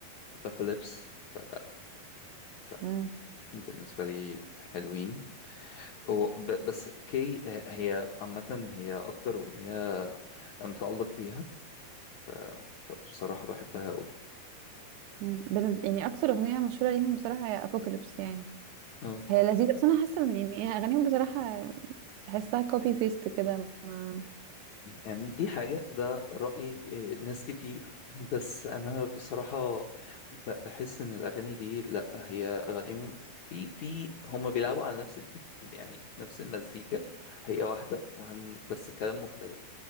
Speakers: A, on the left (about 70°); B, on the right (about 85°).
A: ف... ف...
B: مم.
A: بالنسبه لي حلوين هو ب- بس كي ه- هي عامة هي أكتر أغنية متعلق بيها ف... فبصراحة بحبها قوي
B: مم. بن- يعني أكتر أغنية مشهورة ليهم بصراحة هي أبوكاليبس يعني
A: اه
B: هي لذيذة بس أنا حاسة إن يعني إيه، أغانيهم بصراحة تحسها كوبي بيست كده ما-
A: يعني دي حاجة ده رأي إيه، ناس كتير بس أنا بصراحة ب- بحس إن الأغاني دي لأ هي أغانيهم في في هما بيلعبوا على نفس البي... يعني نفس المزيكا هي واحدة وهن... بس كلام مختلف